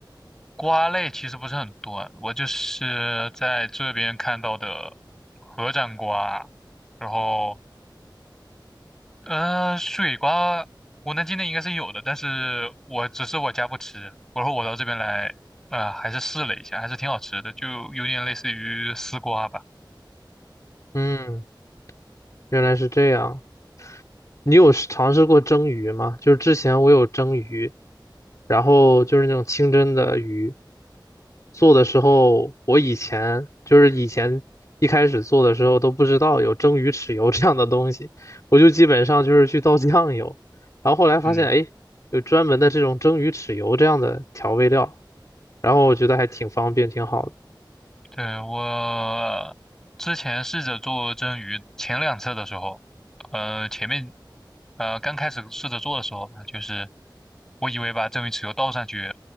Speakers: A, in the centre; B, on the left.
A: 瓜类其实不是很多，我就是在这边看到的合掌瓜，然后呃水瓜，我能境内应该是有的，但是我只是我家不吃，然后我到这边来，呃还是试了一下，还是挺好吃的，就有点类似于丝瓜吧，
B: 嗯，原来是这样。你有试尝试过蒸鱼吗？就是之前我有蒸鱼，然后就是那种清蒸的鱼，做的时候，我以前就是以前一开始做的时候都不知道有蒸鱼豉油这样的东西，我就基本上就是去倒酱油，然后后来发现，
A: 嗯。
B: 哎，有专门的这种蒸鱼豉油这样的调味料，然后我觉得还挺方便，挺好的。
A: 对，我之前试着做蒸鱼，前两次的时候，呃，前面呃刚开始试着做的时候吧，就是我以为把蒸鱼豉油倒上去，